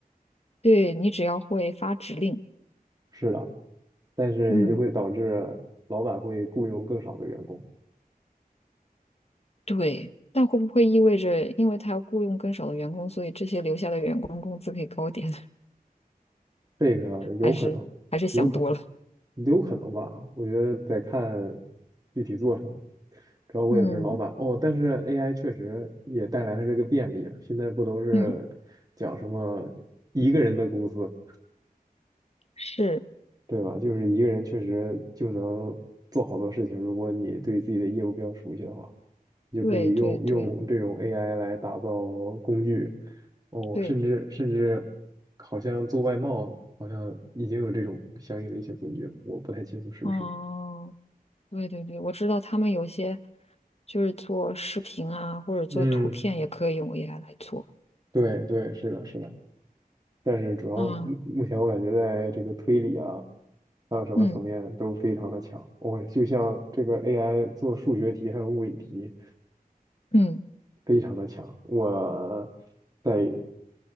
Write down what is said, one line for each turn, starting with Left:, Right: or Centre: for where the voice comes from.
Left: 对，你只要会发指令，
Right: 是的，但是也就会导致老板会雇佣更少的员工，
Left: 嗯，对。但会不会意味着，因为他要雇佣更少的员工，所以这些留下的员工工资可以高点？<laughs>
Right: 这个有可能，
Left: 还是还是想多了？
Right: 有可能，有可能吧？我觉得得看具体做什么。主要我也不是老板哦，
Left: 嗯
Right: 但是 AI 确实也带来了这个便利啊。现在不都是讲什么一个人的公司？
Left: 嗯，是，
Right: 对吧？就是一个人确实就能做好多事情，如果你对自己的业务比较熟悉的话，你就可以用用这种
Left: 对对对
Right: AI 来打造工具，哦，
Left: 对，
Right: 甚至甚至好像做外贸，好像已经有这种相应的一些工具了，我不太清楚是不是。
Left: 哦，对对对，我知道他们有些就是做视频啊，或者做图片也可以用
Right: 嗯，
Left: AI 来做。
Right: 对对，是的，是的。但是主要目目前我感觉在这个推理啊，
Left: 啊，
Right: 还有什么层面都非常的强。
Left: 嗯
Right: 我、就像这个 AI 做数学题还有物理题。
Left: 嗯
Right: 非常的强。我在